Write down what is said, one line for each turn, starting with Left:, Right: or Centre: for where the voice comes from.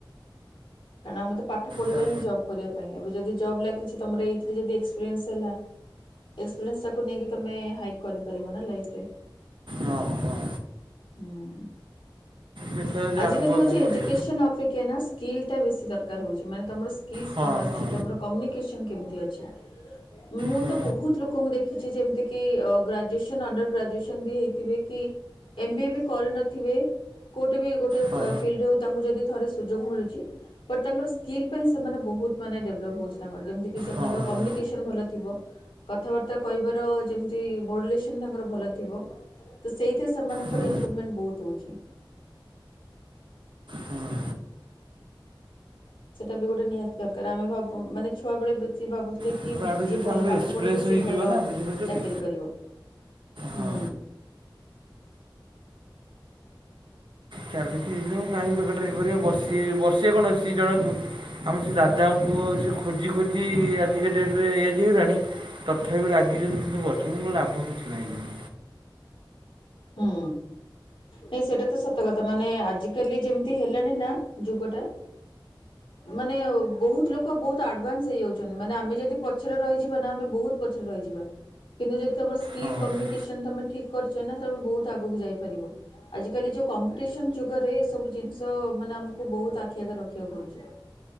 Left: କାରଣ ଆମେ ତ ପାଠ ପଢିବା
Right: ତାର
Left: ହିଁ ଜବ୍ କରିବା ପାଇଁ ଏବେ ଯଦି ଜବ୍ ଲାଗିଛି ତମର ଏଇଥିରେ ଯଦି ଏକ୍ସପିରିଏନ୍ସ ହେଲା। ଏକ୍ସପିରିଏନ୍ସଟାକୁ ନେଇକି ତୁମେ ହାଇକ୍ କରିପାରିବ ନା ଲାଇଫରେ।
Right: ହଁ ହଁ।
Left: ହୁଁ
Right: ଦେଖିବା ଯାହା
Left: ଆଜିକାଲି
Right: ହେବ ଆଉ
Left: ହଉଛି
Right: କ'ଣ କରିବା
Left: ଏଜୁକେସନ ଅପେକ୍ଷା ନା ସ୍କିଲଟା ବେଶୀ ଦରକାର ହେଉଛି ମାନେ ତୁମର ସ୍କିଲସ
Right: ହଁ
Left: କଣ ଅଛି
Right: ହଁ
Left: ତୁମର କମ୍ୟୁନିକେସନ୍ କେମିତି ଅଛି। ହ ମୁଁ
Right: ହୁଁ
Left: ତ ବହୁତ ଲୋକଙ୍କୁ ଦେଖିଛି ଯେମିତିକି ଗ୍ରାଜୁଏସନ୍ ଅଣ୍ଡର୍ ଗ୍ରାଜୁଏସନ୍ ବି ହେଇଥିବେ କି ଏମ୍ ବିଏ ବି କରିନଥିବେ କେଉଁଠି ବି ଗୋଟେ
Right: ହଁ
Left: ଫିଲ୍ଡରେ ହଉ ତାଙ୍କୁ ଯଦି ଥରେ ସୁଯୋଗ ମିଳୁଛି ବଟ୍ ତାଙ୍କର ସ୍କିଲ୍ ପାଇଁ ସେମାନେ ବହୁତ ମାନେ ଡେଭଲପ୍ ହେଉଛି ତାଙ୍କର ଯେମିତିକି ସେମାନଙ୍କର
Right: ହଁ
Left: କମ୍ୟୁନିକେସନ୍
Right: ହଁ
Left: ଭଲ ଥିବ। କଥାବାର୍ତ୍ତା କହିବାର ଯେମତି ବଡିଲେସନ ତାଙ୍କର ଭଲ ଥିବ ତ ସେଇଥି ସେମାନଙ୍କର
Right: ହୁଁ
Left: ଇମ୍ପ୍ରୁଭମେଣ୍ଟ ବହୁତ ହଉଛି।
Right: ହୁଁ
Left: ସେଇଟା ବି ଗୋଟେ ନିହାତି ଦରକାର ଆମେ ଭାବୁ ମାନେ ଛୁଆବେେଳେ ଭାବୁଥିଲେ
Right: ତାପରେ
Left: କି କି
Right: ଆଉ ଗୋଟେ ଜିନିଷ
Left: ଯିଏ ଭଲ
Right: ଆମର
Left: ପାଠ
Right: ଏକ୍ସପିରିଏନ୍ସ
Left: ପଢିବ ସିଏ
Right: ହେଇଯିବ
Left: ଭଲ
Right: ନା ବୁଝିପାରୁଛନ୍ତି
Left: ଚାକିରି କରିବ
Right: ହଁ
Left: ହୁଁ।
Right: ଚାଲିଛିିନ କାହିଁକି ବେକାରଟାରେ ଏକୁଟିଆ କରିବା ବସିବେ ବସିବେ କଣ ଅଛି ଜଣେ ଆମ ସେ ଦାଦାଙ୍କ ପୁଅ ସେ ଖୋଜି ଖୋଜି ଆଜିକା ଡେଟରେ ଏଜ୍ ହେଇଗଲାଣି। ତଥାପି ଲାଗିଛନ୍ତି ଯେ କିନ୍ତୁ ବସିବ ଲାଭ କିଛି ନାହିଁ।
Left: ହୁଁ। ନାଇଁ ସେଇଟା ତ ସତ କଥା ମାନେ ଆଜିକାଲି ଯେମିତି ହେଲାଣି ନା ଯୁଗ ଟା ମାନେ ବହୁତ ଲୋକ ବହୁତ ଆଡଭାନ୍ସ ହେଇଯାଉଛନ୍ତି ମାନେ ଆମେ ଯଦି ପଛରେ ରହିଯିବା ନା ଆମେ ବହୁତ ପଛରେ ରହିଯିବା। କିନ୍ତୁ ଯଦି ତମର ସ୍କିଲ୍
Right: ହଁ
Left: କମ୍ୟୁନିକେସନ ତମେ ଠିକ୍ କରିଛ ନା ତମେ ବହୁତ ଆଗକୁ ଯାଇପାରିବ। ଆଜିକାଲି ଯେଉଁ କମ୍ପିଟିସନ୍ ଯୁଗରେ ଏସବୁ ଜିନିଷ ମାନେ ଆମକୁ ବହୁତ ଆଖି ଆଗରେ ରଖିବାକୁ ପଡ଼ୁଛି।